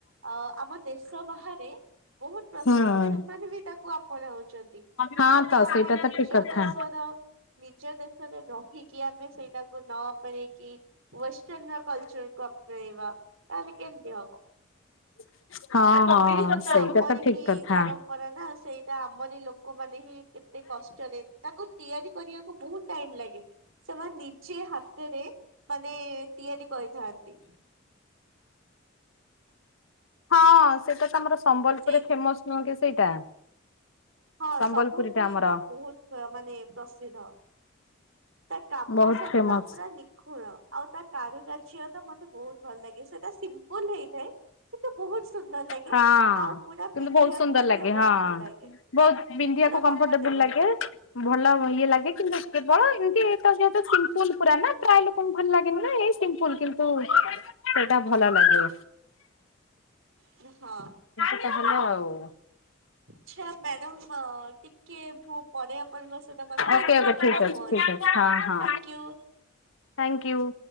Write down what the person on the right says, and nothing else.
ଅ ଆମ ଦେଶ ବାହାରେ ବହୁତ ପ୍ରସିଦ୍ଧ
ସେମାନେ ବି ତାକୁ ଆପଣାଉଛନ୍ତି
ଯଦି
ଆମ
ନିଜ
ଦେଶର ନିଜ ଦେଶରେ ରହିକି ଆମେ ସେଇଟାକୁ ନ ପ କି ଷ୍ଟଣ ର କଲଚର କୁ ଆପଣେଇବା ତାହେଲେ କେମତି ହବ।
ସେଇଟା ତ ଆମର
ହିଁ
ପରମ୍ପରା ନା ସେଇ ତା ଆମରି ଲୋକମାନୋନ ହିଁ କେତେ କଷ୍ଟରେ ତାକୁ ତିଆରି କରିବାକୁ ବହୁତ ଟାଇମ ଲାଗେ ସେମାନେ ନିଜେ ହାତରେ ମାନେ ତିଆରି କହିଥାନ୍ତି।
ସେଇ
ହଁ
ସମ୍ବଲପୁରଳି
ତ ବହୁତ ମାନେ ପ୍ରସିଦ୍ଧ। ତା କାମ
ସବୁ
ନା ପୁରା ନିଖୁଣ ଆଉ ତା କାରୁକାଅ ତ ମତେ ବହୁତ ଭଲ ଲାଗେ ସେଟା ସି ଭୁଲ ହେଇଥାଏ କିନ୍ତୁ ବହୁତ ସୁନ୍ଦର ଲାଗେ।
ଆଉ ପୁରା
ପିନ୍ଧିବାକୁ
ମଧ୍ୟ
ବହୁତ
ଭଲ ଲାଗେ
ପୁରା
କମ୍ଫର୍ଟେବଲ
ହଁ।
ଆଚ୍ଛା ମ୍ୟାଡ଼ମ ଟିକେ ମୁଁ ପରେ ଆପଣଙ୍କ ସହିତ କଥା
ହେବି
ଟିକେ
କାମ
ଅଛି ଙଥାଙ୍କୁ।